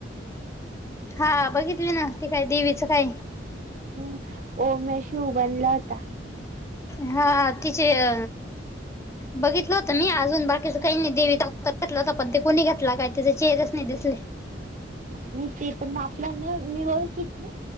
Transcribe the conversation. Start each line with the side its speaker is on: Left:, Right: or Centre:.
Left: हा. बघितली ना. ते काय देवीचं काय
Right: हम्म. ओम नमः शिवाय बनला होता.
Left: हा तिचे अ बघितलं होत नाही अजून बाकीच काही दिवे दाखवत घेतलं होत पण ते कोणी घेतला काय त्याचे चेहरच नाही दिसले.
Right: नाही ते पण आपल्या न न ओळखीतले.